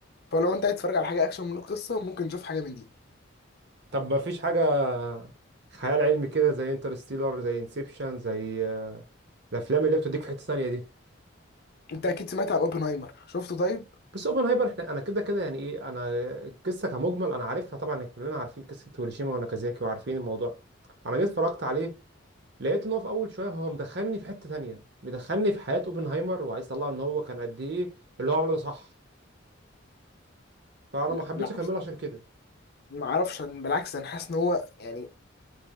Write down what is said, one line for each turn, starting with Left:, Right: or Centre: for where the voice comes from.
Left: فلو أنت عايز تتفرج على حاجة أكشن من القصة ممكن تشوف حاجة من دي
Right: طب ما فيش حاجه خيال علمي كده زي انترستيلر زي انسبشن زي الافلام اللي بتديك في حته ثانيه دي
Left: أنت أكيد سمعت عن أوبنهايمر شفته طيب؟
Right: بس اوبنهايمر احنا انا كده كده يعني ايه انا القصه كمجمل انا عارفها طبعا إحنا كلنا عارفين قصه هيروشيما وناكازاكي وعارفين الموضوع انا جيت اتفرجت عليه لقيت ان هو في اول شويه هو مدخلني في حته تانية مدخلني في حياه اوبنهايمر وعايز يطلع ان هو كان قد ايه اللي هو عمله ده صح فانا
Left: لا
Right: ما حبيتش
Left: بالعكس
Right: اكمله عشان كده
Left: ما أعرفش أنا بالعكس أنا حاسس إن هو يعني